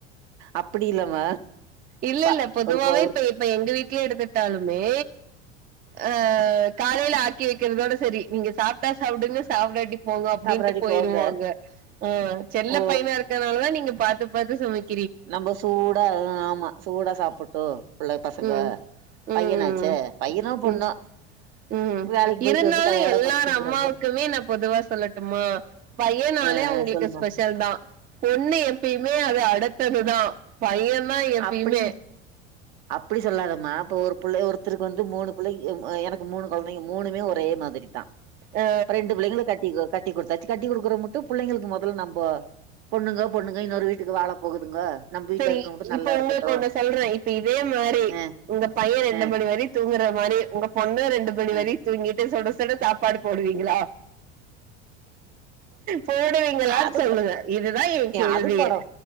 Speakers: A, on the right (about 60°); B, on the right (about 25°).
A: அப்டி இல்லம
B: இல்ல
A: பா
B: இல்ல பொதுவாவே
A: ஒரு கோ ஒரு
B: இப்ப இப்ப எங்க வீட்ல எடுத்துட்டாலுமே அ காலைல ஆக்கி வக்கிறதோட செரி நீங்க சாப்ட்டா சாப்டுங்க சாப்டாட்டி போங்க அப்டின்ட்டு
A: சாப்டாடி
B: போயிருவாங்க
A: போங்க
B: ஆ செல்ல
A: ஓ
B: பையனா இருக்கனாலதா நீங்க பாத்து பாத்து சமைக்
A: நம்ப சூடா ஆமா சூடா சாப்புட்டு புள்ள பசங்க
B: ம்
A: பையனாச்சே
B: ம்
A: பையனோ பொண்ணோ
B: ம் ம்
A: வேலைக்கு போயிட்டு
B: இருந்தாலு
A: வந்து டயர்டா
B: எல்லார்
A: படுத்து தூங்குறாங்க
B: அம்மாவுக்குமே நா பொதுவா சொல்லட்டுமா பையனாலே
A: ஆ
B: அவுங்களுக்கு
A: ஆ சொல்லுமா
B: ஸ்பெஷல் தா பொண்ணு எப்பயுமே அது அடுத்ததுதா பைய்யே தா எப்பயுமே
A: அப்டின்னு அப்டி சொல்லாதம்மா இப்ப ஒரு புள்ள ஒருத்தருக்கு வந்து மூனு புள்ளை எனக்கு மூனு கொழந்தைங்க மூணுமே ஒரே மாதிரி தா
B: அ
A: ரெண்டு பிள்ளைங்கள கட்டி கட்டி குடுத்தாச்சு கட்டி குடுக்குற மட்டு புள்ளைங்களுக்கு மொதல்ல நம்ப பொண்ணுங்க பொண்ணுங்க இன்னொரு வீட்டுக்கு வாழ போகுதுங்க நம்ம வீட்ல
B: செரி
A: இருக்கவங்க நல்லா
B: இப்ப
A: இருக்கட்டு
B: ஒங்களுக்கு ஒன்னு சொல்றே இப்ப இதே மாரி
A: அ
B: உங்க பைய்யே ரெண்டு
A: அ
B: மணி வரை தூங்குற மாரி உங்க பொண்ணு ரெண்டு மணி
A: அ
B: வரை தூங்கிட்டு சுட சுட சாப்பாடு போடுவீங்ளா போடுவீங்களா
A: அது
B: சொல்லுங்க இது தா எ கேள்வியே
A: அது படோ